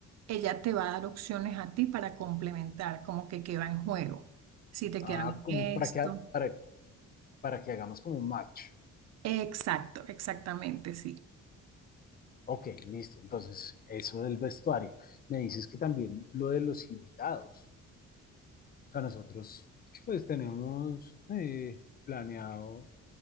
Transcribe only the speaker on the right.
ella te va a dar opciones a ti para complementar, como que qué va en juego, si te
queda bien
esto.
Exacto, exactamente, sí.